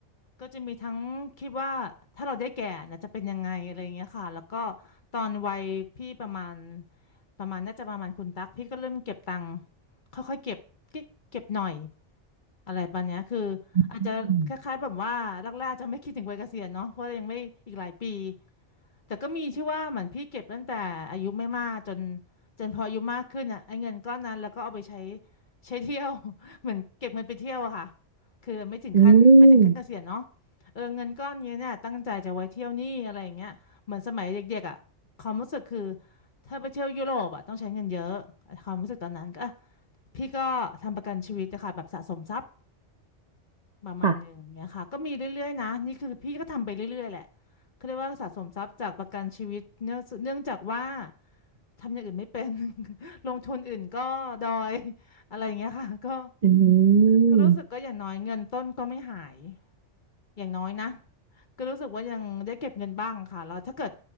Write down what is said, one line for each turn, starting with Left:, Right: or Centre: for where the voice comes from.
Left: ก็จะมีทั้งคิดว่าถ้าเราได้แก่นะจะเป็นยังไงอะไรอย่างเงี้ยค่ะแล้วก็ตอนวัยพี่ประมาณประมาณน่าจะประมาณคุณตั๊กพี่ก็เริ่มเก็บตังค์ค่อยๆเก็บเก็บเก็บหน่อยอะไรประมาณเนี้ยคืออาจจะคล้ายๆแบบว่าแรกๆจะไม่คิดถึงวัยเกษียณเนาะเพราะเรายังไม่อีกหลายปี
Right: อืม
Left: แต่ก็มีที่ว่าเหมือนพี่เก็บตั้งแต่อายุไม่มากจนจนพออายุมากขึ้นอ่ะไอ้เงินก้อนนั้นแล้วก็เอาไปใช้ ใช้เที่ยว <laughs> เหมือนเก็บเงินไปเที่ยวอะค่ะคือไม่ถึงขั้นไม่ถึงขั้นเกษียณเนาะ
Right: อืม
Left: เออเงินก้อนเนี้ยเนี่ยตั้งใจจะไว้เที่ยวนี่อะไรอย่างเงี้ยเหมือนสมัยเด็กๆอะความรู้สึกคือถ้าไปเที่ยวยุโรปอะต้องใช้เงินเยอะความรู้สึกตอนนั้นก็อ่ะพี่ก็ทำประกันชีวิตนะคะแบบสะสมทรัพย์ประมาณหนึ่งเงี้ยค่ะก็มีเรื่อยๆนะนี่คือพี่ก็ทำไปเรื่อยๆแหละ
Right: ค่ะ
Left: เขาเรียกว่าสะสมทรัพย์จากประกันชีวิตเนื่องเนื่องจากว่าทำอย่างอื่นไม่เป็น <laughs> ลงทุนอื่นก็ดอยอะไรอย่างเงี้ยค่ะก็
Right: อื
Left: ก็รู้สึกก็อย่างน้อยเงินต้นก็ไม่หาย
Right: ม
Left: อย่างน้อยนะก็รู้สึกว่ายังได้เก็บเงินบ้างค่ะแล้วถ้าเกิด